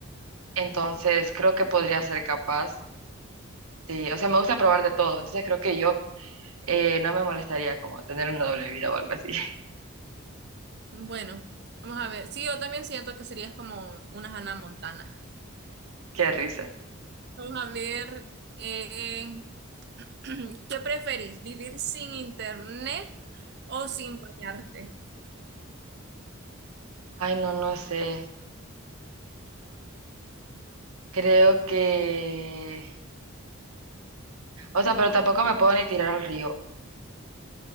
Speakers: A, on the right (about 80°); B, on the right (about 50°).
A: entonces creo que podría ser capaz de, o sea, me gusta probar de todo, entonces creo que yo eh, no me molestaría como tener una doble vida o algo así. <laughs>
B: Bueno, vamos a ver. Sí, yo también siento que serías como una Hannah Montana.
A: Qué risa.
B: Vamos a ver. eh, <clears throat> ¿qué preferís? ¿Vivir sin internet o sin bañarte?
A: Ay, no, no sé. Creo que... O sea, pero tampoco me puedo ni tirar al río.